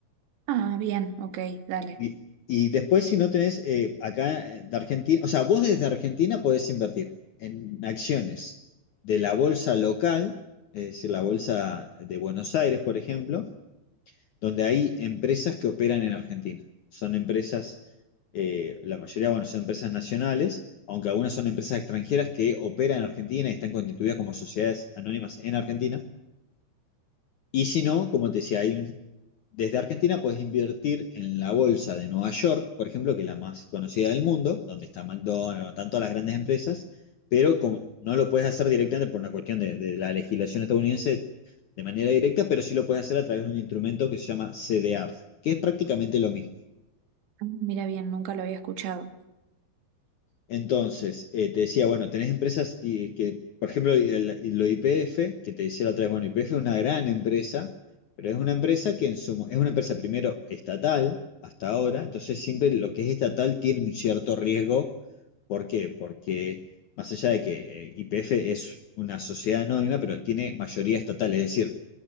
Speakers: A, on the right; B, on the left.
A: Ah, bien, ok, dale.
B: Y, y después, si no tenés eh, acá eh, de Argentina, o sea, vos desde Argentina podés invertir en acciones de la bolsa local, es decir, la bolsa de Buenos Aires, por ejemplo, donde hay empresas que operan en Argentina. Son empresas, eh, la mayoría, bueno, son empresas nacionales, aunque algunas son empresas extranjeras que operan en Argentina y están constituidas como sociedades anónimas en Argentina. Y si no, como te decía, hay un- desde Argentina puedes invertir en la bolsa de Nueva York, por ejemplo, que es la más conocida del mundo, donde está McDonald's, tanto las grandes empresas, pero como no lo puedes hacer directamente por una cuestión de, de la legislación estadounidense de manera directa, pero sí lo puedes hacer a través de un instrumento que se llama CDR, que es prácticamente lo mismo.
A: Ah, Mira bien, nunca lo había escuchado.
B: Entonces, eh, te decía, bueno, tenés empresas y, que, por ejemplo, y el- y lo IPF, que te decía la otra vez, bueno, IPF es una gran empresa, pero es una empresa que en su, es una empresa primero estatal hasta ahora, entonces siempre lo que es estatal tiene un cierto riesgo. ¿Por qué? Porque más allá de que IPF es una sociedad anónima, pero tiene mayoría estatal, es decir,